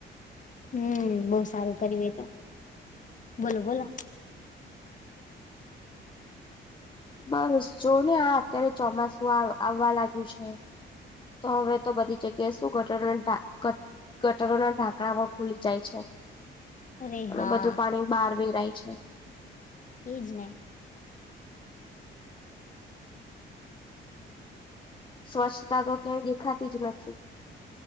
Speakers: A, on the left (about 40°); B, on the left (about 25°).
A: હમ્મ બહુ સારું કર તો બોલો બોલો
B: બસ જોવો ને આ અત્યારે ચોમાસું આવવા લાગ્યું છે. તો હવે તો બધી જગ્યાએ શું ઘટના ટા ગટરોના ઢાંકણામાં ખુલી જાય છે.
A: અરે
B: અને
A: હા
B: બધું પાણી બહાર વેરાય છે.
A: ઈ જ ને
B: સ્વચ્છતા તો ક્યાંય દેખાતી જ નથી